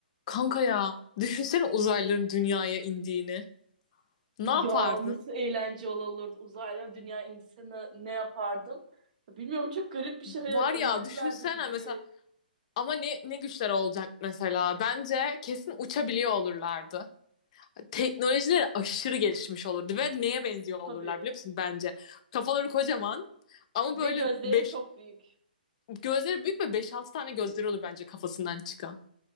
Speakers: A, on the left; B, on the right.
A: Kanka ya düşünsene uzaylıların dünyaya indiğini. Ne yapardın?
B: Ya nasıl eğlence olurdu uzaylı dünya insanı ne yapardım? Ya bilmiyorum çok garip bir şey Hayal-
A: Var
B: öldürürlerdi
A: ya düşünsene
B: bizi.
A: mesela ama ne ne güçler olacak mesela? Bence kesin uçabiliyor olurlardı. Teknolojileri aşırı gelişmiş olurdu ve neye benziyor olurlar
B: Tabii.
A: biliyor musun bence? Kafaları kocaman ama
B: Ve
A: böyle
B: gözleri
A: beş
B: çok büyük.
A: gözleri büyük ve beş altı tane gözleri olur bence kafasından çıkan.